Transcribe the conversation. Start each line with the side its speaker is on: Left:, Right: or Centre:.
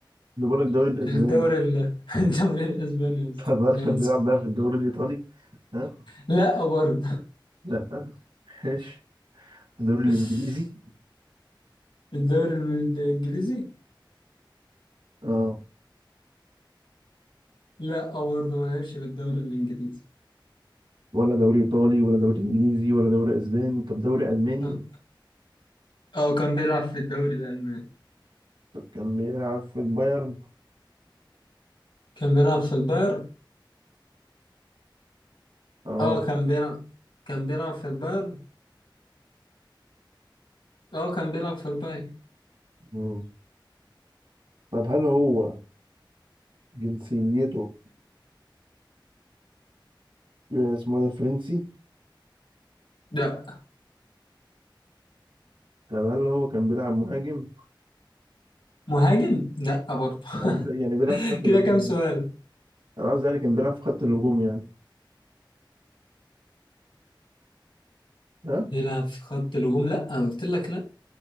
Right: ده بقول لك الدوري الاسباني
Left: في الدوري ال... <laughs> الدوري الاسباني
Right: <laughs>
Left: يا اسطى
Right: طب هل
Left: انا
Right: كان
Left: اسف
Right: بيلعب بقى في الدوري الايطالي ها
Left: لا برضه
Right: لا ماشي الدوري
Left: <laughs>
Right: الانجليزي
Left: الدوري الانجليزي
Right: اه
Left: لا آه، برضه ما لعبش في الدوري الانجليزي
Right: ولا دوري ايطالي ولا دوري انجليزي ولا دوري اسباني طب دوري الماني
Left: اه آه، كان بيلعب في الدوري الالماني
Right: طب كان بيلعب في البايرن
Left: كان بيلعب في البايرن
Right: اه
Left: اه كان بيلعب كان بيلعب في البايرن اه كان بيلعب في البايرن
Right: مم. طب هل هو جنسيته آه، اسمه ده فرنسي
Left: لا
Right: طب هل هو كان بيلعب مهاجم
Left: مهاجم لا برضه <laughs>
Right: يعني بيلعب يعني بيلعب في خط الهجوم
Left: كده كام سؤال
Right: يعني. انا قصدي يعني كان بيلعب في خط الهجوم يعني ها
Left: بيلعب في خط الهجوم لا أنا قلت لك لا